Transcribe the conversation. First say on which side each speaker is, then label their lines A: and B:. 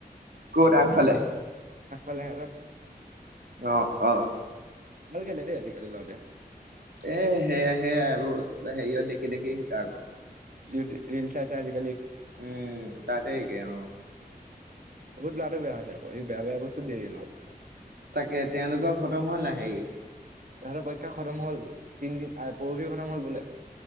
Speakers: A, on the right; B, on the right.
A: ক'ত আগফালে
B: আগফালে সেহেতৰ
A: অ', অ',
B: ভাল কৰিলে দেই আজিকালি ল'ৰাটোৱেই।
A: এ হেয়াহে আৰু হেৰিয়ত দেখি-দেখি শিকা আকৌ।
B: যদি ৰিল চাচাই চাই আজি।
A: উম, তাতে এতিয়া অ'
B: বহুত ল'ৰাটো বেয়া হৈছে এই বেয়া-বেয়া বস্তু দিয়ে <unintelligible>
A: তাকে তেওঁলোকৰ খতম হ' ল আ হেৰী।
B: তাহাতৰ পৰীক্ষা খতম হ'ল তিনদিন। আ, পৰহি খতম হ'ল বোলে।